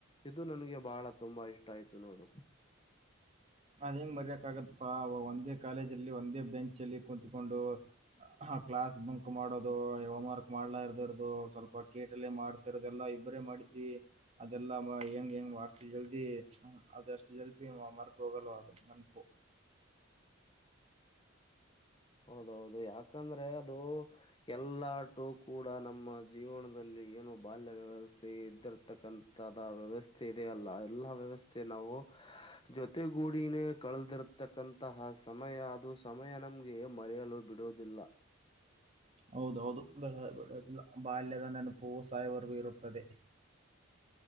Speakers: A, on the left; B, on the right.
A: ಇದು ನನ್ಗೆ ಬಹಳ ತುಂಬಾ ಇಷ್ಟ ಆಯ್ತು ನೋಡು.
B: ಅದ್ ಹೆಂಗ್ ಮರ್ಯಕ ಆಗತ್ತಪ್ಪಾ ಒಂದೇ ಕಾಲೇಜ ಅಲ್ಲಿ ಒಂದೇ ಬೆಂಚ ಅಲ್ಲಿ ಕುತ್ಕೊಂಡು ಕ್ಲಾಸ್ ಬಂಕ್ ಮಾಡೋದು ಹೋಮ್ವರ್ಕ್ ಮಾಡ್ಲಾ ಇರದಿರದು ಸ್ವಲ್ಪ ಕೇಟಲ್ಲೇ ಮಾಡ್ತಾ ಇರೋದು ಎಲ್ಲಾ ಇಬ್ಬರೇ ಮಾಡಿದ್ವಿ ಅದೆಲ್ಲಾ ಹೆಂಗ್ ಹೆಂಗ ಅಷ್ಟು ಜಲ್ದಿ ಅಷ್ಟು ಜಲ್ದಿ ಮರ್ತ್ <unintelligible>
A: ಹೌದೌದು ಯಾಕಂದ್ರೆ ಅದು ಎಲ್ಲಟು ಕೂಡ ನಮ್ಮ ಜೀವನದಲ್ಲಿ ಏನು ಬಾಲ್ಯ ವ್ಯವಸ್ಥೆ ಇದ್ದಿರ್ತಕ್ಕಂತದ ವ್ಯವಸ್ಥೆ ಇದೆಯ ಅಲ್ಲ ಎಲ್ಲ ವ್ಯವಸ್ಥೆ ನಾವು ಜೊತೆಗೂಡಿನೇ ಕಳೆದಿರ್ತಕ್ಕಂತಹ ಸಮಯ ಅದು ಸಮಯ ನಮ್ಗೆ ಮರೆಯಲು ಬಿಡೋದಿಲ್ಲ.
B: ಹೌದೌ ಹೌದು ಬಿಡಲ್ಲ ಬಾಲ್ಯದ ನೆನಪು ಸಾಯಿವರ್ಗೂ ಇರುತ್ತದೆ.